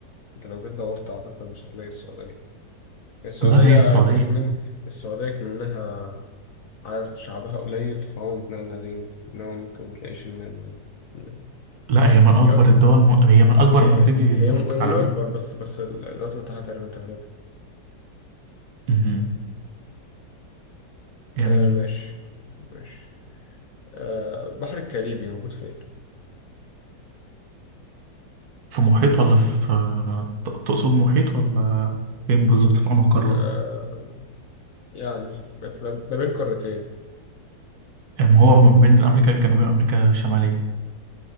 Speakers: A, on the left; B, on the right.
A: انت لو جيت دورت اعتقد مش هتلاقي السعوديه السعوديه
B: لا هي السعودية
A: كمان السعوديه كمنها عدد شعبها قليل فهم متنغنغين انما ممكن ما تلاقيش ان إن-
B: لا هي من
A: إن هي
B: أكبر
A: اكبر
B: الدول
A: طبعا
B: م... هي من أكبر
A: هي
B: منتجي
A: هي
B: النفط
A: من
B: عالميا
A: اكبر بس بس ال- الولايات المتحده تقريبا تغلبها
B: مهم. جميل
A: آه ماشي ماشي آه البحر الكاريبي موجود فين؟
B: في محيط ولا في ت- تقصد محيط ولا فين بالظبط في أنهي قارة؟
A: آه يعني ما في- ما بين قارتين
B: يعني هو ما بين أمريكا الجنوبية وأمريكا الشمالية